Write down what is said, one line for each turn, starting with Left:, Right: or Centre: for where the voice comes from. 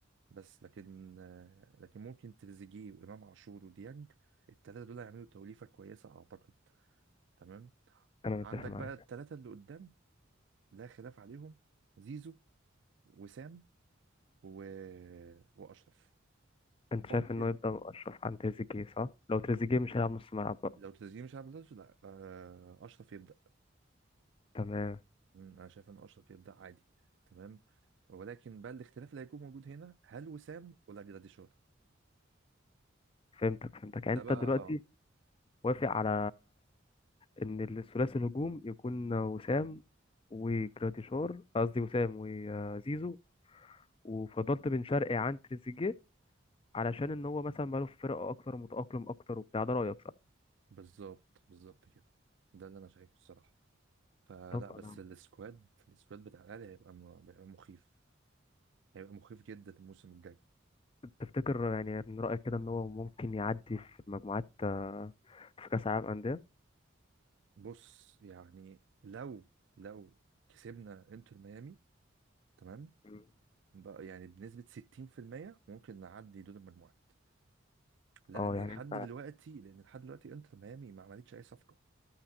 Right: بس لكن آه، لكن ممكن تريزيجيه وامام عاشور وديانج الثلاثه دول هيعملوا توليفه كويسه اعتقد تمام
Left: انا متفق
Right: عندك
Left: معاك
Right: بقى الثلاثه اللي قدام لا خلاف عليهم زيزو وسام و... واشرف
Left: انت شايف
Right: ممكن
Left: انه يبقى اشرف عن تريزيجيه صح لو تريزيجيه مش هيلعب نص ملعب بقى
Right: لو تشجيع مش عارف ده لا آه، اشرف يبدا
Left: تمام
Right: مم، انا شايف ان اشرف يبدا عادي تمام ولكن بقى الاختلاف اللي هيكون موجود هنا هل وسام ولا جراديشار
Left: فهمتك فهمتك
Right: ده
Left: يعني انت
Right: بقى
Left: دلوقتي
Right: اه
Left: وافق على ان الثلاثي الهجوم يكون وسام وجراديشار قصدي وسام وزيزو وفضلت بن شرقي عن تريزيجيه علشان ان هو مثلا بقاله في فرقه اكتر متاقلم اكتر وبتاع ده رايك صح
Right: بالظبط بالظبط كده ده اللي انا شايفه الصراحه فلا
Left: طب
Right: بس
Left: انا
Right: السكواد السكواد بتاع الاهلي هيبقى م- هيبقى مخيف هيبقى مخيف جدا الموسم الجاي
Left: تفتكر يعني من رايك كده ان هو ممكن يعدي في المجموعات آه، في كاس العالم انديه
Right: بص يعني لو لو كسبنا انتر ميامي تمام
Left: مم.
Right: بقى يعني بنسبة 60% ممكن نعدي دور المجموعات لأن
Left: اه يعني
Right: لحد
Left: انت
Right: دلوقتي لأن لحد دلوقتي انتر ميامي ما عملتش أي صفقة